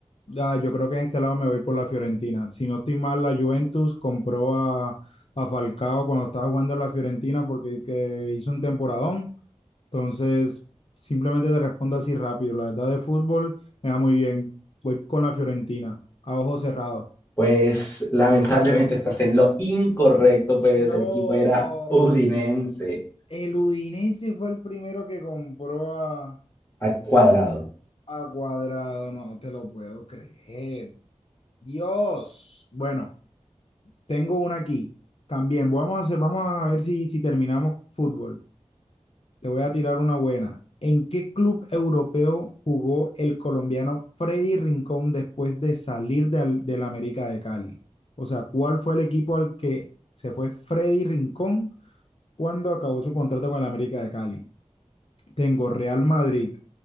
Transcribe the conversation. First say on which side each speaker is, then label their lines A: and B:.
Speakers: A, on the left (about 55°); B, on the left (about 20°).
A: Ah, yo creo que en este lado me voy por la Fiorentina. Si no estoy mal, la Juventus compró a, a Falcao cuando estaba jugando en la Fiorentina porque que hizo un temporadón. Entonces, simplemente te respondo así rápido. La verdad de fútbol me va muy bien. Voy con la Fiorentina, a ojo cerrado.
B: Pues lamentablemente estás en lo incorrecto, pues
A: No,
B: el equipo era Udinense
A: el Udinese fue el primero que compró a,
B: a cuadrado.
A: a Cuadrado. No te lo puedo creer. Dios. Bueno, tengo una aquí. También vamos a, hacer- vamos a ver si, si terminamos fútbol. Te voy a tirar una buena. ¿En qué club europeo jugó el colombiano Freddy Rincón después de salir del, del América de Cali? O sea, ¿cuál fue el equipo al que se fue Freddy Rincón cuando acabó su contrato con el América de Cali? Tengo Real Madrid,